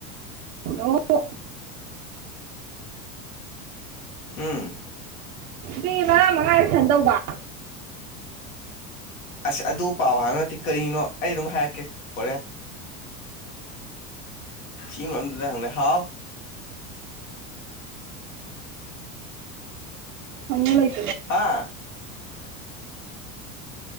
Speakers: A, on the right (about 70°); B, on the left (about 80°).
A: ꯑꯣ
B: ꯎꯝ
A: ꯃꯤ ꯃꯉꯥ ꯃꯉꯥꯔꯁꯟ ꯇꯧꯕ
B: ꯑꯁ ꯑꯗꯨ ꯄꯥꯎ ꯍꯥꯏꯕ ꯅꯠꯇꯦ ꯀꯔꯤꯅꯣ ꯑꯩ ꯑꯗꯨꯝ ꯍꯥꯏꯔꯛꯀꯦ ꯍꯣꯔꯦꯟ ꯁꯤ ꯃꯔꯝꯗꯨꯗ ꯍꯪꯅꯦ ꯍꯥꯎ
A: <unintelligible>
B: ꯍꯥꯥ